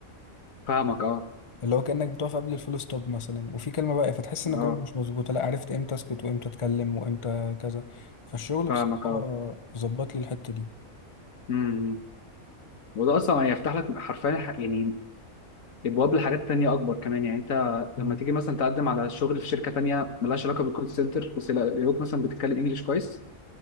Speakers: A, on the left; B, on the left.
A: فاهمك اه
B: اللي هو كأنك بتقف قبل الفول ستوب مثلا وفي كلمة بقى فتحس ان
A: اه
B: الجملة مش مظبوطة لا عرفت امتى اسكت وامتى اتكلم وامتى كذا فالشغل
A: فاهمك
B: بصراحة
A: اه
B: ظبط لي الحتة
A: امم امم. وده اصلا هيفتح لك حرفيا ح- يعني ابواب لحاجات تانية اكبر كمان يعني انت لما
B: دي
A: تيجي مثلا تقدم على شغل في شركه تانية ملهاش علاقه بالكول سنتر بس يلاقوك مثلا بتتكلم انجليش كويس